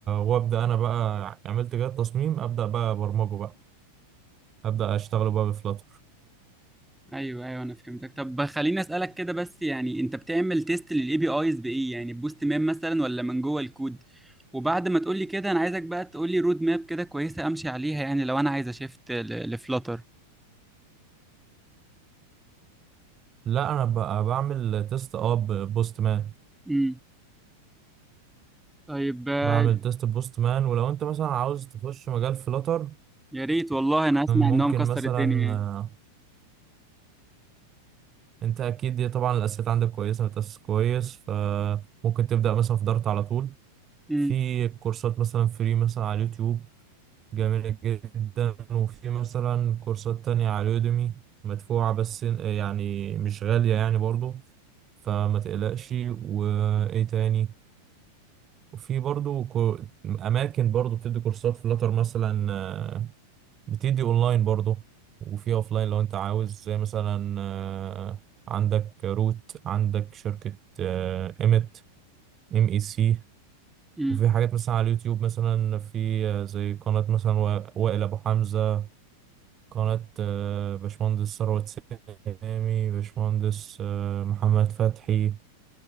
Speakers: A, on the right; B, in the centre.
A: وابدا انا بقى عملت كده تصميم ابدا بقى برمجه بقى ابدا اشتغله بقى بفلاتر
B: ايوه ايوه انا فهمتك طب خليني اسالك كده بس يعني انت بتعمل تيست للاي بي ايز بايه يعني بوست ماب مثلا ولا من جوه الكود وبعد ما تقولي كده انا عايزك بقى تقولي رود ماب كده كويسه امشي عليها يعني لو انا عايز اشفت لفلاتر
A: لا انا بقى بعمل تيست اه بوست مان
B: امم طيب آه،
A: بعمل تيست بوست مان ولو انت مثلا عاوز تخش مجال فلاتر
B: يا ريت والله انا اسمع ان
A: ممكن
B: هو مكسر
A: مثلا
B: الدنيا يعني
A: آه، انت اكيد دي طبعا الاساسيات عندك كويسة متأسس كويس فممكن تبدا مثلا في دارت على طول
B: امم
A: في كورسات مثلا فري مثلا على اليوتيوب جميلة جدا وفي مثلا كورسات تانية على يوديمي مدفوعة بس يعني مش غالية يعني برضو فما تقلقش وإيه تاني وفي برضو كو- أماكن برضو بتدي كورسات فلاتر مثلا آه، بتدي أونلاين برضو وفي أوفلاين لو أنت عاوز زي مثلا آه، عندك روت عندك شركة إيمت إم إي سي
B: امم
A: وفي حاجات مثلا على اليوتيوب مثلا في آه، زي قناة مثلا وا- وائل أبو حمزة قناة آه، باشمهندس ثروت سامي باشمهندس آه، محمد فتحي